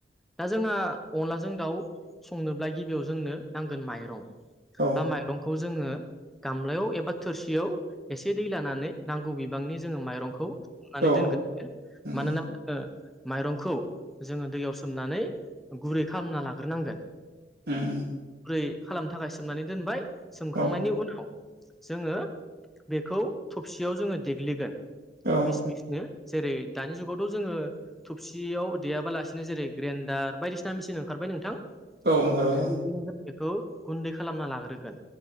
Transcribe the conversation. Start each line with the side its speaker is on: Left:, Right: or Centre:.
Centre: दा जोंहा अनलाजों दाउ संनोब्ला गिबियाव जोंनो नांगोन माइरं
Right: औ ।
Centre: ना माइरंखौ जोंङो गामलायाव एबा थोरसियाव एसे दै लानानै नांगौ बिबांनि जोङो माइरं खौ हनानै
Right: औ
Centre: दोनगोन यो
Right: उम
Centre: मानोना जोङो माइरंखौ जोङो दैयाव सोमनानै गुरै खालामना लाग्रोनांगोन
Right: <unintelligible>
Centre: गुरै खालामनो थाखाय सोमनानै दोनबाय सोमखांनायनि
Right: औ
Centre: उनाव जोङो बेखौ थबसियाव जोङो देग्लिगोन
Right: औ
Centre: मिनो जेरै दानि जुगावथ' जोंङो थबसियाव देयाबालासिनो जेरै ग्रेन्डार बायदिसिना मेसिन ओंखारबाय नोंथां ।
Right: औ ओंखारबाय
Centre: दा बिदिनो जों बेखौ गुन्दै खालामना लाग्रोगोन